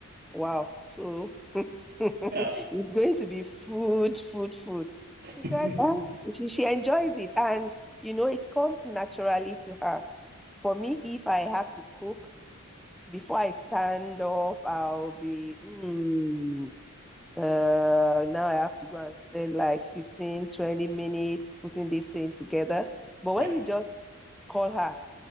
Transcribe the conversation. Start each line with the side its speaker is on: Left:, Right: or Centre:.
Centre: Wow. So <laughs> it's
Right: Yeah.
Centre: going to be food, food, food.
Right: <laughs>
Centre: She said, "Ah, she, she enjoys it. And, you know, it comes naturally to her. For me, if I have to cook, before I stand up, I'll be, mm, uh, now I have to go and spend like 15, 20 minutes putting this thing together. But
Right: right.
Centre: when you just call her,